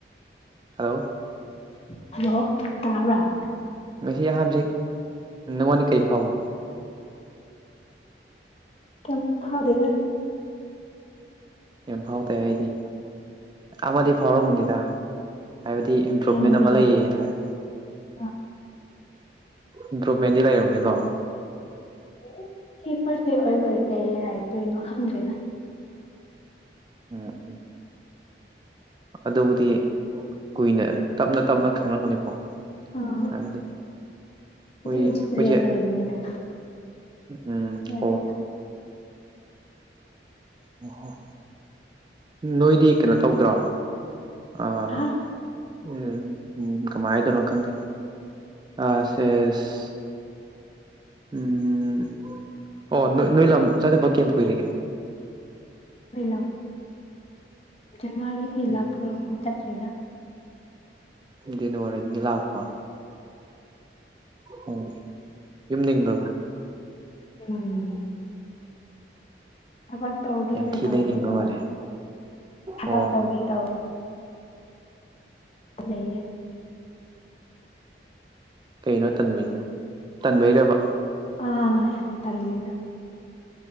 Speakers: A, on the right; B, on the left.
A: ꯍꯜꯂꯣ
B: ꯍꯜꯂꯣ ꯇꯥꯕ꯭ꯔꯥ
A: ꯃꯁꯤ ꯑꯍꯥꯝꯁꯤ ꯅꯪꯉꯣꯟꯗ ꯀꯔꯤ ꯐꯥꯎꯏ
B: ꯀ ꯐꯥꯎꯗꯒ
A: ꯍ ꯌꯥꯝ ꯐꯥꯎꯇꯦ ꯑꯩꯗꯤ ꯑꯃꯗꯤ ꯐꯥꯎꯔꯝꯃꯅꯤꯗ ꯍꯥꯏꯕꯗꯤ ꯏꯝꯄ꯭ꯔꯨꯚꯃꯦꯟ
B: ꯈꯪꯗꯦꯗ
A: ꯑꯃ ꯂꯩꯌꯦ ꯍꯥꯏ
B: ꯑ
A: ꯏꯝꯄ꯭ꯔꯨꯚꯃꯦꯟꯗꯤ ꯂꯩꯔꯕꯅꯤꯀꯣ
B: ꯐꯔꯁꯤ ꯑꯣꯏ ꯐꯔ ꯀ ꯍꯥꯏ ꯊꯪꯖꯦꯂ
A: ꯎꯝ ꯎꯝ ꯑꯗꯨꯕꯨꯗꯤ ꯀꯨꯏꯅ ꯇꯞꯅ ꯇꯞꯅ ꯈꯪꯅꯛꯒꯅꯤꯀꯣ
B: ꯑꯥ
A: ꯍꯥꯏꯗꯤ ꯍꯣꯏ
B: ꯗꯤ
A: ꯑꯩꯈꯣꯏꯁꯦ
B: ꯑꯦꯛꯁꯄꯤꯔꯤꯌꯦꯟ ꯂꯩꯕꯅꯤꯅ
A: ꯎꯝ
B: ꯌꯥꯗꯦ
A: ꯑꯣ ꯑꯣ ꯅꯣꯏꯗꯤ ꯀꯩꯅꯣ ꯇꯧꯗ꯭ꯔꯣ ꯑꯥ
B: ꯍꯥ
A: ꯎꯝ ꯎꯝ ꯀꯃꯥꯏꯗꯣꯏꯅꯣ ꯈꯪꯒꯦ ꯑꯁꯦꯁ ꯎꯝ ꯑꯣ ꯅꯣꯏ ꯂ ꯆꯥꯗꯕꯀꯤ ꯌꯥꯝ ꯀꯨꯏꯔꯒꯦ
B: ꯑꯩꯣꯏ ꯂꯥꯛ ꯖꯅꯋꯥꯔꯤꯗꯒꯤ
A: ꯎꯝ
B: ꯂꯥꯛꯄꯗꯣ ꯑꯃꯨꯛ ꯆꯠꯇ꯭ꯔꯔꯤꯔ
A: ꯅ ꯃꯔꯔꯥꯏꯗꯤ ꯏ ꯂꯞꯄꯥ ꯑꯣ ꯌꯨꯝꯗꯤꯡꯕ꯭ꯔꯣꯕ
B: ꯎꯝ ꯊꯕꯛ ꯇꯧꯒꯦꯅ
A: ꯌꯥꯝ ꯊꯤꯅ
B: ꯇꯧꯕꯗꯣ
A: ꯅꯤꯡꯕ ꯃꯥꯜꯂꯦ
B: ꯊꯕꯛ
A: ꯑꯣ
B: ꯇꯧꯒꯦ ꯇꯧ ꯅꯌꯦ
A: ꯀꯩꯅꯣ ꯇꯟꯅ ꯇꯟꯕꯩꯔꯕ
B: ꯑꯥ ꯍ ꯂꯩꯔ